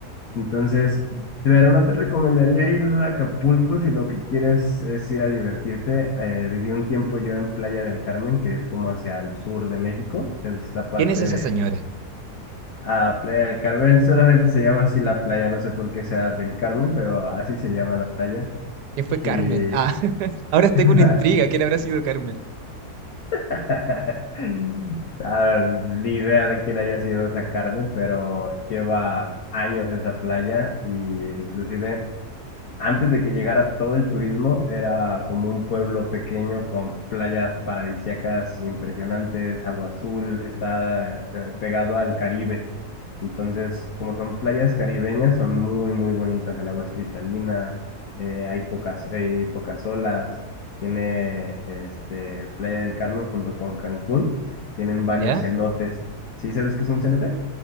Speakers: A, on the left; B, on the right.
A: Entonces, pero no te recomendaría ir a Acapulco si lo que quieres es ir a divertirte. Eh, viví un tiempo yo en Playa del Carmen, que es como hacia el sur de México. Es esta parte
B: ¿quién es esa
A: de
B: señora?
A: ah, Playa del Carmen. Solamente se llama así la playa, no sé por qué sea del Carmen, pero así se llama la playa.
B: ¿Quién fue Carmen?
A: Y
B: Ah, <laughs> ahora tengo
A: <laughs>
B: una intriga. ¿Quién habrá sido Carmen?
A: <laughs> Ah, ni idea de quién haya sido esa Carmen, pero lleva años esa playa y inclusive antes de que llegara todo el turismo, era como un pueblo pequeño con playas paradisíacas impresionantes, agua azul, está eh, pegado al Caribe. Entonces, como son playas caribeñas, son muy, muy bonitas. El agua es cristalina, eh, hay pocas, hay pocas olas. Tiene este, Playa del Carmen junto con Cancún. Tienen varios
B: ¿Ya?
A: cenotes. ¿Sí sabes qué es un cenote?